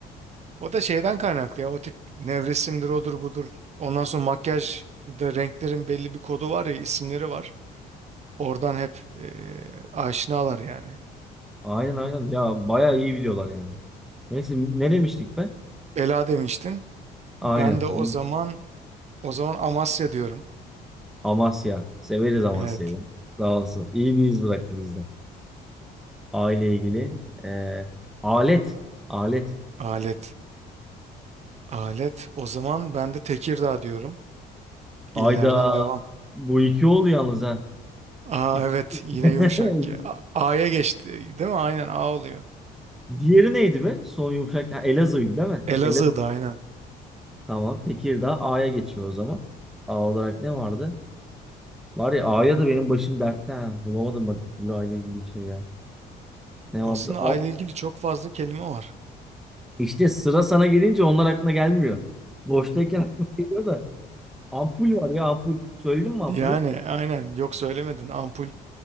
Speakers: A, on the right (about 40°); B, in the centre.
A: O da şeyden kaynaklı ya. O tip nevresimdir odur budur. Ondan sonra makyaj da renklerin belli bir kodu var ya isimleri var. Oradan hep e, aşinalar yani.
B: Aynen aynen. Ya bayağı iyi biliyorlar yani. Neyse ne demiştik be?
A: Ela demiştin.
B: Aynen.
A: Ben de o
B: Şimdi
A: zaman o zaman Amasya diyorum.
B: Amasya. Severiz Amasya'yı.
A: Evet.
B: Sağ olsun. İyi bir iz bıraktı bizde. Aile ilgili. Ee, alet. Alet.
A: Alet. Alet. O zaman ben de Tekirdağ diyorum.
B: Ayda
A: İllerden devam.
B: bu iki oldu yalnız ha.
A: Aa
B: İk-
A: evet yine
B: <laughs>
A: yumuşak ki A- A'ya geçti değil mi? Aynen A oluyor.
B: Diğeri neydi be? Son yumuşak. Ha, Elazığ'ydı değil mi?
A: Elazığ'da
B: Elazığ.
A: aynen.
B: Tamam. Tekirdağ A'ya geçiyor o zaman. A olarak ne vardı? Var ya A'ya da benim başım dertte ha. Bulamadım bak bir türlü aile ilgili bir şey ya. Ne
A: Aslında
B: vardı?
A: A ile ilgili çok fazla kelime var.
B: İşte sıra sana gelince onlar aklına gelmiyor. Boştayken aklına geliyor da. Ampul var ya ampul. Söyledim mi ampulü?
A: Yani aynen yok söylemedin. Ampul